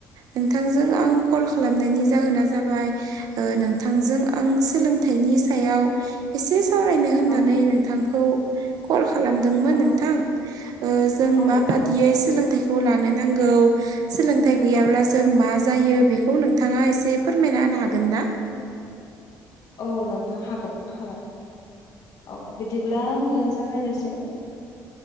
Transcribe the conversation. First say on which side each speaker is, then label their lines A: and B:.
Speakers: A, on the right; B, on the left.
A: नोंथांजों आं कल खालामनायनि जाहोना जाबाय नोंथांजों आं सोलोंथाइनि सायाव एसे सावरायनो होननानै
B: औ
A: नोंथांखौ कल खालामदोंमोन
B: औ
A: नोंथां जों
B: औ
A: माबादियै
B: औ
A: सोलोंथाइखौ नांगौ सोलोंथाइ गैयाब्ला
B: औ
A: जों मा जायो बेखौ नोंथाङा एसे फोरमायना होनो हागोन ना
B: औ नोंथां हागोन हागोन औ बिदिब्ला आङो जागायनोसै